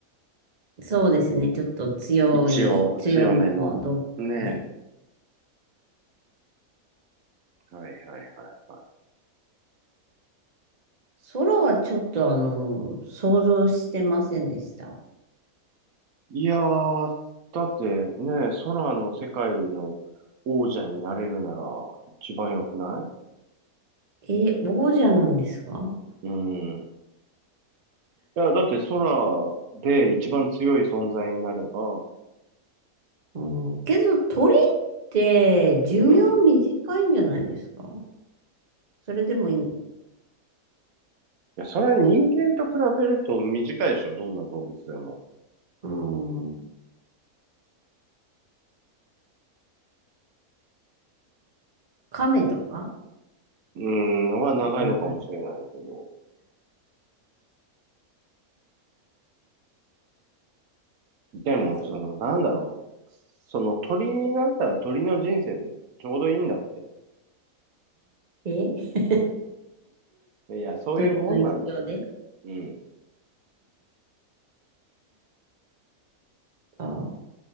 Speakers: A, on the right; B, on the right.
A: そうですね。ちょっと強い、
B: 一応強めの。
A: 強めの動物ね。
B: ね。はいはいは
A: 空はちょっと、あの、想像してませんでした。
B: い。いやー、だってね、空の世界の王者になれるなら一番良くない
A: え、王者なんですか
B: うん。いや、だって空で一番強い存在になれば、
A: うん、けど、鳥って寿命短いんじゃないですか
B: うんうん。い
A: それでもいい。
B: や、それは人間と比べると短いでしょ、どんな動物でも。
A: うん、亀とか
B: うん、うんは長いのかもしれないけど。
A: あ
B: でも、
A: そう。
B: その、なんだろう。その鳥になったら鳥の人生でちょうどいいんだって。
A: え <laughs>
B: いや、そういうもんなんだ。
A: 鳥の一生で
B: うん。
A: あ